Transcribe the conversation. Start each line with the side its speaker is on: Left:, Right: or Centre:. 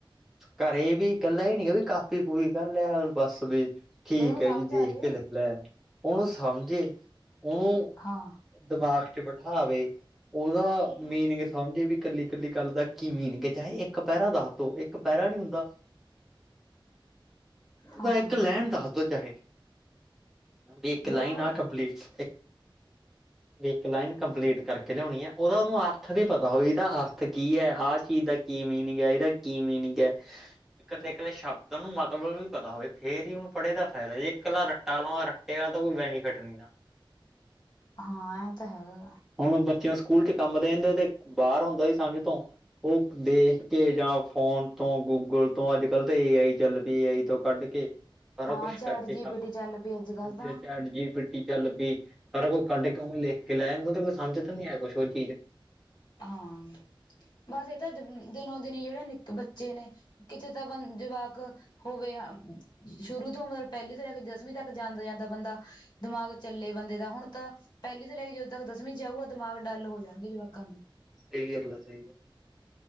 Centre: ਘਰੇ ਵੀ ਕੱਲਾ ਈ ਨੀ ਵੀ ਕਾਪੀ ਪੂਰੀ ਕਰ ਲਿਆ ਬਸ ਵੇ ਠੀਕ
Left: ਵੀ ਉਹਨੂੰ
Centre: ਐ
Left: ਸਮਝ
Centre: ਜੀ ਦੇਖ
Left: ਆ ਜੇ
Centre: ਕੇ ਲਿਖ ਲੈ ਉਨੂੰ ਸਮਝੇ ਉਨੂੰ
Left: ਹਾਂ
Centre: ਦਿਮਾਗ ਚ ਬਠਾਵੇ। ਓਦਾ ਮੀਨਿੰਗ ਸਮਝੇ ਵੀ ਕੱਲੀ ਕੱਲੀ ਗੱਲ ਦਾ ਕੀ ਮੀਨਿੰਗ ਏ ਚਾਹੇ ਏਕ ਪੈਰਾ ਦਸ ਦੋ ਏਕ ਪੈਰਾ ਨੀ ਹੁੰਦਾ।
Left: ਹਾਂ
Centre: ਤਾਂ ਏਕ ਲੈਣ ਦਹ ਦੋ ਚਾਹੇ। ਬੀ ਇੱਕ ਲਾਈਨ
Left: ਵੀ ਉਹਨੂੰ
Centre: ਆ ਕੰਪਲੀਟ ਵੀ ਇੱਕ ਲਾਈਨ ਕੰਪਲੀਟ ਕਰਕੇ ਲਿਆਉਣੀ ਹੈ ਔਰ ਉਨੂੰ ਅਰਥ ਨੀ ਪਤਾ ਵੀ ਇਦਾ ਅਰਥ ਕੀ ਐ ਆ ਚੀਜ਼ ਦਾ ਕੀ ਮੀਨਿੰਗ ਐ ਇਹਦਾ ਕੀ ਮੀਨਿੰਗ ਐ ਕੱਲੇ ਕੱਲੇ ਸ਼ਬਦਾਂ ਨੂੰ ਮਤਬਲ ਵੀ ਪਤਾ ਹੋਵੇ ਫੇਰ ਹੀ ਉਨੂੰ ਪੜ੍ਹੇ ਦਾ ਫਾਇਦਾ ਜੇ ਕਲਾ ਰੱਟਾ ਮਾਰ ਨਾਲ ਤਾਂ ਕੋਈ ਬੈਨੀਫਿਟ ਨੀ ਨਾ
Left: ਹਾਂ ਐ ਤਾਂ ਹੈਗਾ ਗਾ
Centre: ਹੁਣ ਬੱਚਿਆਂ ਸਕੂਲ ਚ ਕੰਮ ਦੇਣ ਤੇ ਓਦੇ ਬਾਰ ਹੁੰਦਾ ਸੀ ਸਮਝ ਤੋਂ ਓਹ ਦੇਖ ਕੇ ਜਾਂ ਫੋਨ ਤੋਂ ਗੂਗਲ ਤੋਂ ਅੱਜ ਕੱਲ ਤਾਂ ਏ ਆਈ ਚੱਲ ਪਈ ਏ ਆਈ ਤੋ ਕੱਢ ਕੇ ਸਾਰਾ
Left: ਹਾਂ
Centre: ਕੁਛ
Left: ਚੈਟ
Centre: ਕਰਕੇ
Left: ਜੀ
Centre: ਕੰਮ
Left: ਪੀ ਟੀ ਚੱਲ ਪੀ ਅੱਜ
Centre: ਹਾਂਜੀ
Left: ਕੱਲ ਤਾਂ
Centre: ਚੈਟ ਜੀ ਪੀ ਟ ਚੱਲ ਪੀ ਪਰ ਓ ਕੱਢ ਕੇ ਵੇਂ ਲਿਖ ਕੇ ਲੈ ਜਾਂਦਾ ਤੇ ਓਂਦੇ ਕੋਈ ਸਮਝ ਤਾਂ ਨੀ ਹੈ ਕੁਛ ਹੋਰ ਚੀਜ਼
Left: ਹਾਂ ਬਸ ਏ ਤਾਂ ਦਿਨੋ ਦਿਨ ਈ ਜੇੜੇ ਨਿੱਕ ਬੱਚੇ ਨੇ ਕਿਥੇ ਤਾਂ ਬ ਜਵਾਕ ਅ ਹੋਵੇ ਸ਼ੁਰੂ ਤੋਂ ਮਤਲਬ ਪੈਲੀ ਤੋਂ ਲੈ ਕੇ ਦਸਵੀਂ ਤੱਕ ਜਾਂਦਾ-ਜਾਂਦਾ ਬੰਦਾ ਦਿਮਾਗ ਚੱਲੇ ਬੰਦੇ ਦਾ ਹੁਣ ਤਾਂ ਪੈਲੀ ਤੋਂ ਲੈ ਕੇ ਜਦੋਂ ਤੱਕ ਦਸਵੀ 'ਚ ਆਊਗਾ ਦਿਮਾਗ ਡੱਲ ਹੋ ਜਾਣਗੇ ਜਵਾਕਾਂ ਦੇ
Centre: ਸਈ ਗੱਲ ਆ ਸਈ